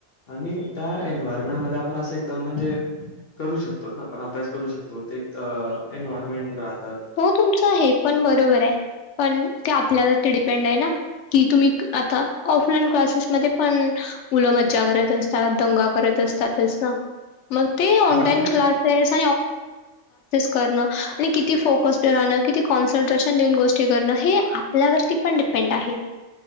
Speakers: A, on the left; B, on the left.
A: आणि त्या एन्वयरमेंटमध्ये आपण असं एकदम म्हणजे करू शकतो ना आपण अभ्यास करू शकतो एक एन्वयरमेंट राहत
B: हो तुमचं हे पण बरोबर आहे पण ते आपल्यावर ते डिपेंड आहे ना की तुम्ही आता ऑफलाईन क्लासेसमध्ये पण मज्जा करत असतात दंग करत असतात मग ते ऑनलाईन
A: हा ते
B: क्लास क् कि कस्णं किती कॉन्सन्ट्रेशन देऊन गोष्टी करणं हे आपल्यावरती पण डिपेंड आहे